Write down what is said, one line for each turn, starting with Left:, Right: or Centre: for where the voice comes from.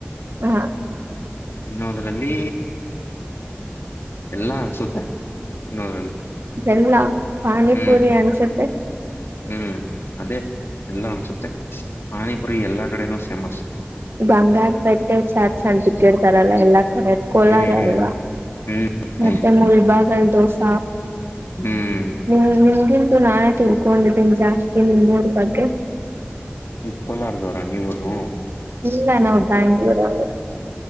Right: ಹಾ
Left: ತಿನ್ನೋದ್ರಲ್ಲಿ ಎಲ್ಲಾ ಅನ್ಸುತ್ತೆ ತಿನ್ನೋದ್ರಲ್ಲಿ
Right: ಇದೆಲ್ಲ ಪಾನಿಪುರಿ
Left: ಹ್ಮ್
Right: ಅನ್ಸುತ್ತೆ
Left: ಹ್ಮ್ ಅದೇ ಎಲ್ಲ ಅನ್ಸುತ್ತೆ ಪಾನಿಪುರಿ ಎಲ್ಲಾ ಕಡೆನೂ ಫೇಮಸ್
Right: ಬಂಗಾರ ಪಟ್ಟೆ ಚಾಟ್ ಅಂತ ಇಟ್ಟಿರ್ತಾರೆ ಅಲ್ವಾ ಎಲ್ಲಾ ಕಡೆ ಕೋಲಾರ
Left: ಹ್ಮ್
Right: ಅಲ್ವಾ
Left: ಹ್ಮ್ ಹ್ಮ್
Right: ಮತ್ತೆ
Left: ಹೌದು
Right: ಮುಳಬಾಗಲ್ ದೋಸ
Left: ಹ್ಮ್
Right: ನಿಮ ನಿಮಗಿಂತೂ ನಾನೇ ತಿಳ್ಕೊಂಡಿದ್ದೀನಿ ಜಾಸ್ತಿ ನಿಮೂರ ಬಗ್ಗೆ
Left: ಹ್ಮ ಕೋಲಾರದವರ ನೀವುನು
Right: ಇಲ್ಲ ನಾವು ಬೆಂಗಳೂರು ಅವ್ರು